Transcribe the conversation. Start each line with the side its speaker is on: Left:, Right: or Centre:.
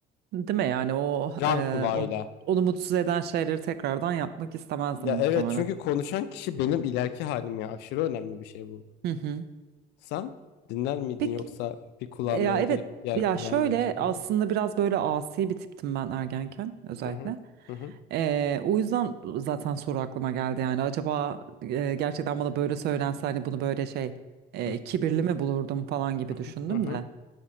Right: Değil mi yani o
Left: Can
Right: e,
Left: kulağıyla.
Right: onu, onu mutsuz eden şeyleri tekrardan yapmak istemezdim
Left: Ya
Right: muhtemelen.
Left: evet çünkü konuşan kişi benim ileriki halim ya aşırı önemli bir şey bu.
Right: Hı hı.
Left: Sen dinler miydin
Right: Peki
Left: yoksa bir kulağından
Right: E, Ya evet
Left: girip diğer
Right: ya
Left: kulağından
Right: şöyle
Left: çıkar
Right: aslında
Left: mıydın?
Right: biraz böyle asi bir tiptim ben ergenken özellikle.
Left: Hı hı. Hı hı.
Right: E, o yüzden zaten soru aklıma geldi yani acaba e, gerçekten bana böyle söylense hani bunu böyle şey e,
Left: Hı
Right: kibirli mi bulurdum falan gibi düşündüm
Left: hı. Hı hı.
Right: de.